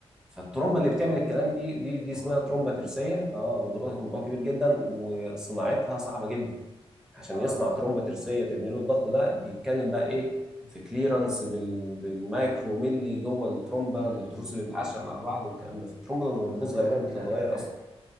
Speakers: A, in the centre; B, on the right (about 85°).
A: فالترومبه
B: لا موضوع
A: اللي بتعمل
B: كبير
A: الكلام دي دي دي
B: موضوع
A: اسمها
B: كبير
A: ترومبه ترسيه
B: اه
A: اه موضوع موضوع كبير جدا وصناعتها صعبه جدا عشان
B: اه
A: يصنع
B: اه
A: ترومبه ترسيه تبني له الضغط ده بيتكلم بقى ايه في كليرنس بال... بالمايكرو ملي جوه الترومبه
B: امم
A: بالتروس
B: إمم.
A: اللي بتعشق مع بعض والكلام ده فالترومبه لما
B: طب
A: بتبوظ
B: خليني
A: غالبا
B: اكد
A: بتتغير
B: عليك حاجه
A: اصلا